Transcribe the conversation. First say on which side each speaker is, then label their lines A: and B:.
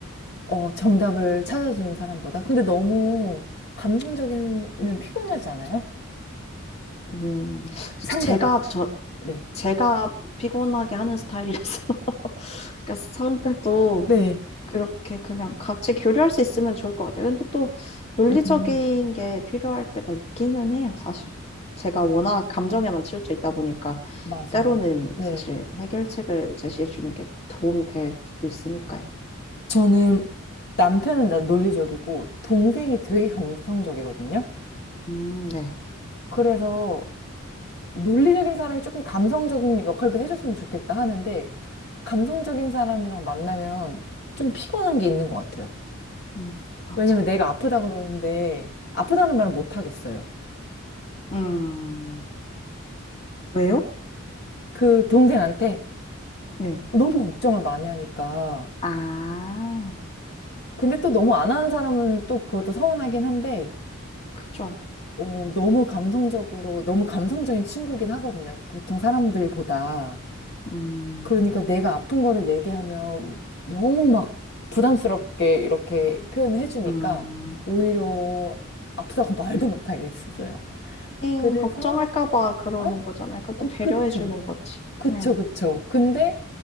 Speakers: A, on the left; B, on the left.
A: 어, 정답을 찾아주는 사람보다. 근데 너무 감성적이면 피곤하지 않아요?
B: 음,
A: 상대가.
B: 제가, 저,
A: 네.
B: 제가 피곤하게 하는 스타일이라서, <laughs> 그러니까 상대도
A: 네.
B: 그렇게 그냥 같이 교류할 수 있으면 좋을 것 같아요. 근데 또 논리적인
A: 음.
B: 게 필요할 때가 있기는 해요, 사실. 제가 워낙 감정에만 치우쳐 있다 보니까
A: 맞아.
B: 때로는
A: 네.
B: 사실 해결책을 제시해 주는 게 도움이 될 수도 있으니까요.
A: 저는 남편은 나 논리적이고 동생이 되게 감성적이거든요.
B: 음, 네.
A: 그래서 논리적인 사람이 조금 감성적인 역할도 해줬으면 좋겠다 하는데 감성적인 사람이랑 만나면 좀 피곤한 게 있는 것 같아요.
B: 음, 맞아.
A: 왜냐면 내가 아프다 그러는데 아프다는 말을
B: 음.
A: 못 하겠어요.
B: 음. 왜요?
A: 그 동생한테
B: 네.
A: 너무 걱정을 많이 하니까.
B: 아,
A: 근데 또 너무 안 하는 사람은 또 그것도 서운하긴 한데
B: 그쵸.
A: 오, 너무 감성적으로, 너무 감성적인 친구긴 하거든요. 보통 사람들보다.
B: 음,
A: 그러니까 내가 아픈 거를 얘기하면 너무 막 부담스럽게 이렇게 표현을 해주니까
B: 음.
A: 오히려 아프다고 <laughs> 말도 못하겠어요.
B: 음,
A: 그래서,
B: 걱정할까 봐 그러는
A: 어?
B: 거잖아요. 그것도
A: 어,
B: 배려해
A: 그쵸.
B: 주는 거지.
A: 그쵸,
B: 네.
A: 그쵸. 근데